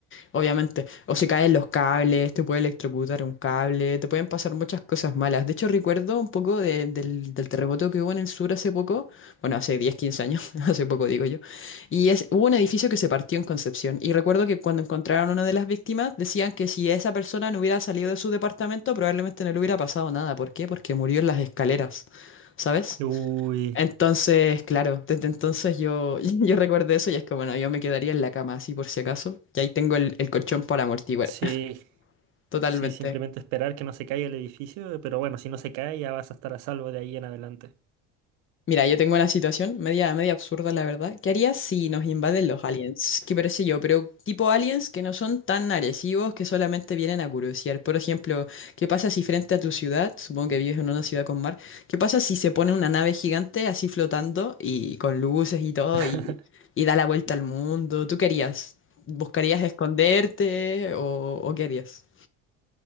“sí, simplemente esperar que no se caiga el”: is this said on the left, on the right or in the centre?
Right